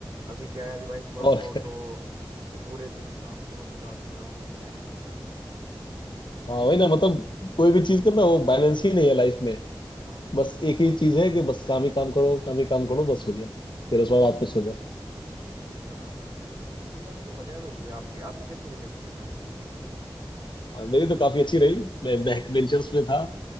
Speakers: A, on the right; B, on the left.
A: अभी क्या है अभी भाई सुबह
B: और
A: सुबह उठो फिर पूरे दिन काम करो फिर रात में आओ टाइम नहीं मिलता अभी
B: हाँ वही ना मतलब कोई भी चीज का ना वो बैलेंस ही नहीं है लाइफ में
A: हाँ
B: बस एक ही चीज है कि बस काम ही काम करो काम ही काम करो बस हो गया फिर उस बाद रात में सो जाओ
A: स्कूल का आपने सही कहा स्कूल लाइफ वैसे बढ़िया तो थी आपकी आपकी कैसी रही है स्कूल लाइफ
B: हाँ, मेरी तो काफी अच्छी रही मैं बैक बेंचर्स में था